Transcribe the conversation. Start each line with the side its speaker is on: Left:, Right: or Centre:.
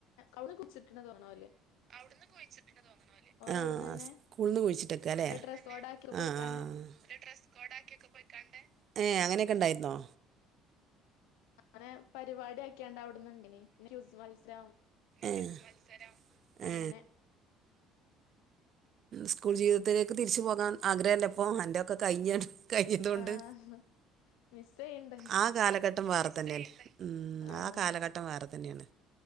Left: അവളെ <unintelligible> അല്ലെ
Right: <unintelligible> ആഹ്
Left: അവിടന്നന്നെ
Right: സ്കൂളന്ന് കുഴിച്ചിട്ടക്ക അല്ലേ
Left: ഓല് ഡ്രസ്സ് കോഡ് ആക്കി പോയിക്കാണ്ട്
Right: ആഹ് ആഹ് <unintelligible> പോയിക്കാണ്ട് ഏഹ് അങ്ങനെയൊക്കെ ഉണ്ടായിരുന്നോ
Left: അങ്ങനെ പരിപാടിയായിട് ക്ക ണ്ടവിടുന്നുണ്ടിനി ക്വിസ് മത്സരം
Right: ഏ
Left: അങ്ങനെ
Right: ഏ സ്കൂൾ ജീവിതത്തിലേക്ക് തിരിച്ചു പോകാൻ ആഗ്രഹംല്ലപ്പൊ അന്റെയൊക്കെ കഴിഞ്ഞണ്ട് കഴിഞ്ഞതൊണ്ട്
Left: ആഹ് മിസ് ചെയ്യണ്ട്
Right: ആ കാലഘട് ട്ടം വേറെതന്നെണ് ഉം
Left: ആഹ്
Right: ആ കാലഘട്ടം ട്ടം വേറെ തന്നെണ്.